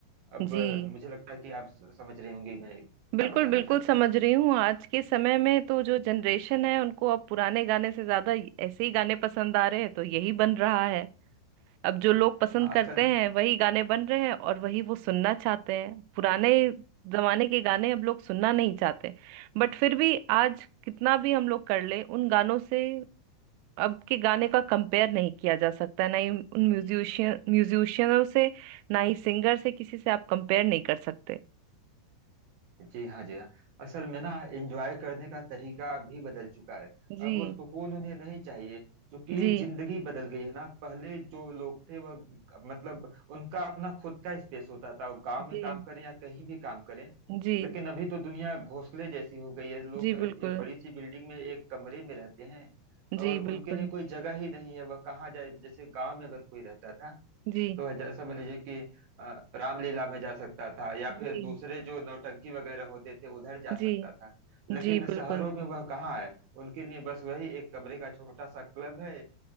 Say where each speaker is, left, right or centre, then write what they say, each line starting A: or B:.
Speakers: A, on the right (about 65°); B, on the right (about 85°).
A: अब
B: जी
A: अ, मुझे लगता है कि आप स- समझ रहे होंगे मैं क्या
B: बिल्कुल
A: बताना
B: बिल्कुल
A: चाहता
B: समझ रही हूँ आज के समय में तो जो जनरेशन है उनको अब पुराने गाने से ज्यादा ऐसे ही गाने पसंद आ रहे हैं तो यही बन रहा है अब जो लोग
A: हूं।
B: पसंद
A: हाँ असल
B: करते हैं वही गाने बन रहे हैं और वही वो सुनना चाहते हैं पुराने जमाने के गाने अब लोग सुनना नहीं चाहते बट फिर भी आज कितना भी हम लोग कर ले उन गानों से अब के गाने का कंपेयर नहीं किया जा सकता ना ही उन म्यूजिशियन म्यूजिशियनों से ना ही सिंगर से किसी से आप कंपेयर नहीं कर सकते
A: जी हाँ जी हाँ असल में ना एंजॉय करने का तरीका भी बदल चुका है
B: जी
A: अब वो सुकून उन्हें नहीं चाहिए क्योंकि
B: जी
A: जिंदगी बदल गई है ना पहले जो लोग थे वह मतलब उनका अपना खुद का स्पेस होता था वो गांव में
B: जी
A: काम करें या कहीं भी काम करें
B: जी
A: लेकिन अभी तो दुनिया घोंसले जैसी हो गई है लोग
B: जी
A: एक
B: बिल्कुल
A: बड़ी सी बिल्डिंग में एक कमरे में रहते हैं
B: जी
A: और
B: बिल्कुल
A: उनके लिए कोई जगह ही नहीं है वह कहाँ जाए जैसे गांव में अगर कोई रहता था
B: जी
A: तो है जैसा समझ लीजिए कि अ, रामलीला में जा सकता था या
B: जी
A: फिर दूसरे जो नौटंकी वगैरह होते थे उधर जा
B: जी
A: सकता था लेकिन
B: जी बिल्कुल
A: शहरों में वह कहाँ है उनके लिए बस वही एक कमरे का छोटा सा क्लब है